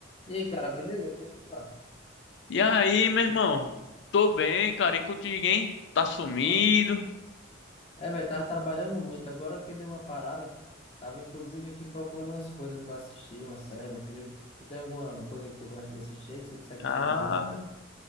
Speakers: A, on the left (about 30°); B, on the left (about 65°).
A: E aí, cara, beleza? Como é que tu tá?
B: E aí, meu irmão? Tô bem, cara. E contigo, hein? Tá sumido.
A: Ba- É, velho, tava trabalhando muito. Agora que dei uma parada, tava inclusive aqui procurando umas coisas pra assistir, uma série, um filme. Você tem alguma coisa que tu gosta de assistir aí que você consegue
B: Cara.
A: me recomendar?